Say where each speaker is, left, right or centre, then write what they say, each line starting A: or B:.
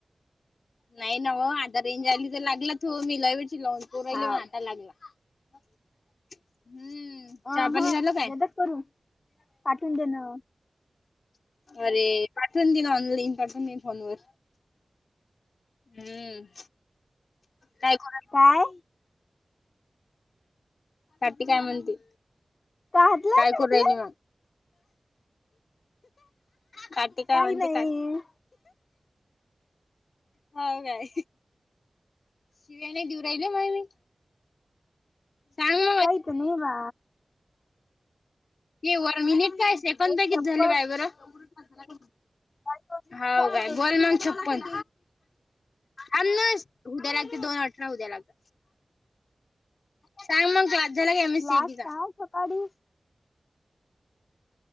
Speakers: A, on the left; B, on the left.
A: नाही नाव आधा रेंज आली तर लागला त हो मला लवनपू राहिली
B: हाव
A: वण हटायला
B: काय
A: लागला हम्म
B: अ
A: चहा पाणी
B: हा
A: झालं काय?
B: ददा करू पाठवून देणं
A: अरे पाठवून दे ना ऑनलाईन पाठवून दे फोनवर हम्म काय करा
B: काय
A: काठी काय म्हणते
B: काटलंय
A: काय
B: काटलं
A: करू राहिली काट काय
B: काही
A: म्हणते
B: नाही
A: काट हो काय तेणे देऊ राहिले मले मी सांग
B: कायत नवा
A: हे वर मिनिट काय सेकंड
B: एक
A: किती
B: छप्पन
A: झाले बाय बरं
B: काही दोन मिनिट
A: हाव
B: झाले
A: काय
B: दोन
A: बोल
B: मिनिट
A: मग छप्पन आन उद्या लागते दोन अठरा उद्या लागत सांग म जला का एम एस
B: क्लास
A: सीबी का
B: सकाळी